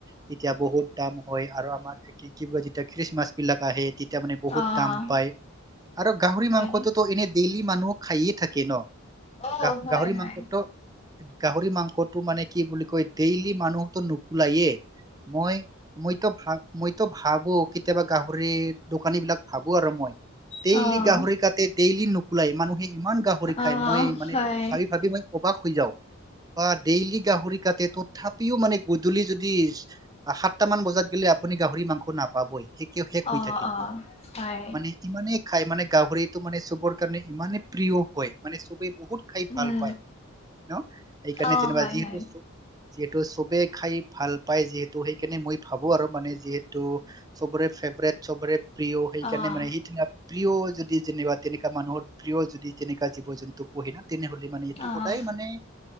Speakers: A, on the right; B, on the left.
A: তেতিয়া বহুত দাম হয় আৰু আমাৰ কি বুলে যেতিয়া খ্ৰীষ্টমাছ বিলাক আহে তিতি তেতিয়া মানে বহুত
B: অ',
A: দাম পায় আৰু গাহৰি
B: হয়,
A: মাংসটো এনে ডেইলি মানুহ খাইয়ে থাকে ন
B: অ',
A: গা
B: হয়,
A: গাহৰি
B: হয়।
A: মাংস ত গাহৰি মাংসটো মানে কি বুলি কয় ডেইলি মানুহতো নোকোলায়ে মই মইতো ভা মইতো ভাবো কেতিয়াবা গাহৰি দোকানী বিলাক ভাবো আৰু মই ডেইলি
B: অ',
A: গাহৰি কাটে ডেইলি নুকোলাই মানুহে ইমান গাহৰি
B: অ',
A: খাই মই মানে
B: হয়,
A: ভাবি ভাবি মই অবাক হৈ যাওঁ বা ডেইলি গাহৰি কাটে তথাপিও মানে গধূলি যদি সাতটা মান বজাত গেলে আপুনি গাহৰি মাংস নাপাবই শেষ হৈ
B: অ
A: থাকে
B: অ হয়
A: মানে ইমানেই খাই মানে গাহৰিটো মানে চবৰ কাৰণে ইমানে প্ৰিয় হয় মানে চবেই বহুত খাই
B: উম,
A: ভাল পায় অ' এইকাৰ
B: অ',
A: জনেকোৱা
B: হয়,
A: যিহেতু
B: হয়,
A: যিহেতু চবে খাই ভাল পায় যিহেতু সেইকাৰণে মই ভাবো আৰু মানে যিহেতু চবৰে। ফেভৰেট সবৰে প্ৰিয় সেইকাৰণে
B: অ',
A: মানে সেই প্ৰিয় যদি। যেনিবা তেনেকাা মানুহৰ প্ৰিয় যদি তেনেকাা জীৱ জন্তু পঢহি না। নে হ মানে এইটো
B: অ',
A: সদায় মানে